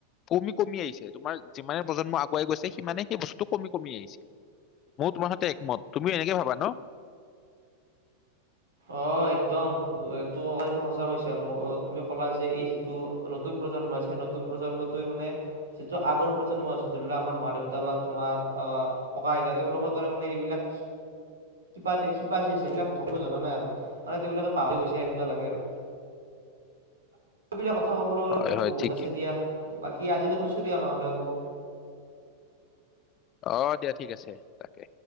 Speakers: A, on the left (about 40°); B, on the right (about 80°).
A: কমি, কমি আহিছে। তোমাৰ যিমানে প্ৰজন্ম আগুৱাই গৈছে মানে সেই বস্তুটো কমি কমি আহিছে। মই তোমাৰ সৈতে একমত তুমিও এনেকে ভাবা ন?
B: অ' একদম এইটো কথা সঁচা কৈছা। তুমি ক'লা যে এই যিটো নতুন প্ৰজন্ম আছে সেই নতুন প্ৰজন্মটোৱে মানে যিটো আগৰ প্ৰজন্ম আছে ধৰি লওঁক আমাৰ মা-দেউতা বা তোমাৰ আহ ককা-আইতা তেওঁলোকৰ দৰে মানে এইবিলাক শিপা, শিপা যি আছে সিবিলাক ধৰিব জনা নাই আৰু মানে তেওঁলোকে পাহৰি গৈছে এনেকুৱা লাগে আৰু। বিলাক কথা কবলৈ গ'লে
A: হয় হয়
B: বহুত
A: ঠিক
B: আছে দিয়া। বাকী আজিলৈ থৈছো দিয়া নহলে হবৌ।
A: অ' দিয়া ঠিক আছে তাকে।